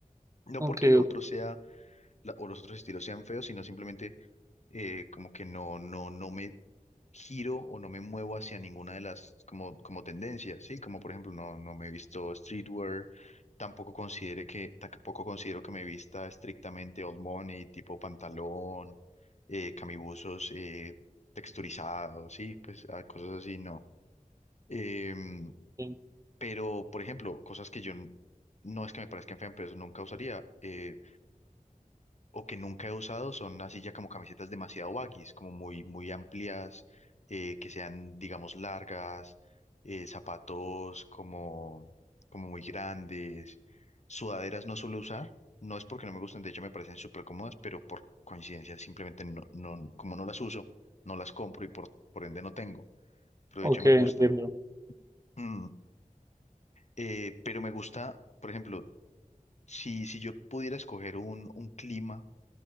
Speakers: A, on the left; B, on the right.
A: No
B: ok,
A: porque lo
B: ok.
A: otro sea la- o los otros estilos sean feos, sino simplemente eh, como que no, no, no me giro o no me muevo hacia ninguna de las como, como tendencias, ¿sí? Como por ejemplo no, no me he visto streetwear, tampoco considere que, tampoco considero que me vista estrictamente old money, tipo pantalón, eh, camibuzos eh, texturizados, sí, pues ah, cosas así, no. Em,
B: ok.
A: pero, por ejemplo, cosas que yo n- no es que me parezcan feas, pero nunca usaría eh, o que nunca he usado son así ya como camisetas demasiado baggies, como muy, muy amplias, eh, que sean, digamos, largas, eh, zapatos como, como muy grandes, sudaderas no suelo usar. No es porque no me gusten, de hecho me parecen súper cómodas, pero por coincidencia simplemente no, no- como no las uso, no las compro y por, por ende no tengo, pero
B: Ok,
A: de hecho me
B: entiendo.
A: gustan. Mm, eh, pero me gusta, por ejemplo, Si, si yo pudiera escoger un, un clima